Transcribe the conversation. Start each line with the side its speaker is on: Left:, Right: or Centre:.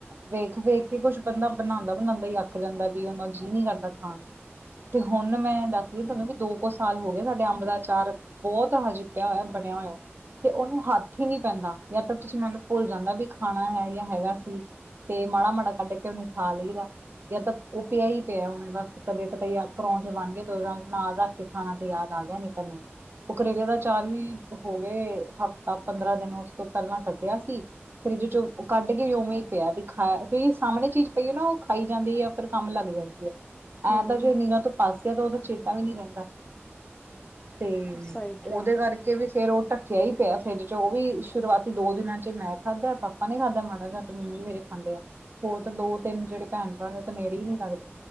Right: ਵੇਖ ਵੇਖ ਕੇ ਕੁੱਛ ਬੰਦਾਂ ਬਣਾਦਾ ਬਣਾਦਾ ਹੀ ਅੱਕ ਜਾਂਦਾ। ਵੀ ਉਹਨਾਂ ਜੀਅ ਨੀਂ ਕਰਦਾਂ ਖਾਣ ਨੂੰ। ਤੇ ਹੁਣ ਮੈਂ ਦੱਸਦੀ ਤੁਹਾਨੂੰ ਵੀ ਦੋ ਕੁ ਸਾਲ ਹੋ ਗਿਆ ਸਾਡੇ ਅੰਬ ਦਾ ਅਚਾਰ ਬਹੁਤ। ਹਜੇ। ਪਿਆ ਹੋਇਆ ਬਣਿਆ ਹੋਇਆ। ਤੇ ਉਹਨੂੰ ਹੱਥ ਹੀ ਨਹੀਂ ਪੈਂਦਾ ਜਾਂ ਤਾਂ ਤੁਸੀਂ ਮੈਨੂੰ ਭੁੱਲ ਜਾਂਦਾ ਵੀ ਖਾਣਾ ਹੈ ਜਾਂ ਹੈਗਾ ਸੀ। ਤੇ ਮਾੜਾ-ਮਾੜਾ ਕੱਢ ਕੇ ਉਹਨੂੰ ਖਾ ਲਈਦਾ। ਜਾਂ ਤਾਂ ਉਹ ਪਿਆ ਹੀ ਪਿਆ ਹਨਣੇ ਬਸ ਕਦੇ ਕਤਾ ਪਰੌਂਠੇ ਬਣ ਗਏ ਤੇ ਉਹਦੇ ਨਾਲ ਰੱਖ ਖਾਣਾਂ ਤੇ ਯਾਦ ਆ ਗਿਆਂ। ਨਹੀਂ ਤਾਂ ਨਹੀਂ ਉਹ ਕਰੇਲੇ ਦਾ ਚਾਰ ਵੀ ਹੋ ਗਏ ਹਫ਼ਤਾ ਪੰਦਰਾਂ ਦਿਨ ਉਸ ਤੋਂ ਪਹਿਲਾਂ ਕੱਟਿਆ ਸੀ ਫਰਿੱਜ਼ ਚ ਕੱਢ ਕੇ ਉਵੇਂ। ਪਿਆ ਵੀ ਖਾ ਵਈ ਸਾਹਮਣੇ ਚੀਜ਼ ਪਈ ਹੈਂ ਨਾ ਉਹ ਖਾਈ ਜਾਂਦੀ ਹੈਂ। ਫ਼ਿਰ ਕੰਮ ਲੱਗ ਜਾਂਦੀ ਹੈਂ।
Left: ਹਾਂ
Right: ਐਂ ਤਾਂ ਜੋੇ ਨੀਰਾਂ ਤੋਂ ਪਾਸੇ ਆ ਤਾਂ ਉਹਦਾ ਚੇਤਾ ਵੀ ਨਹੀਂ ਰਹਿੰਦਾ। ਤੇ
Left: ਸਹੀ ਕਿਹਾ
Right: ਉਹਦੇ ਕਰਕੇ। ਵੀ ਫੇਰ ਉਹ ਢੱਕਿਆ ਹੀ ਪਿਆ ਫਰਿੱਜ ਚ ਉਹ ਵੀ ਸ਼ੁਰੂਆਤੀ ਦੋ ਦਿਨਾਂ ਚ ਮੈਂ ਖਾਧਾ ਪਾਪਾ ਨੀ ਖਾਧਾ ਮਾੜਾ ਜ ਮੰਮੀ ਮੇਰੇ ਖਾਂਦੇ ਆ ਹੋਰ ਤਾਂ ਦੋ ਤਿੰਨ ਜਿਹੜੇ ਭੈਣ ਭਰਾ ਨੇ ਉਹ ਤੇ ਨੇੜੇ ਹੀ ਨਹੀਂ ਲੱਗਦੇ।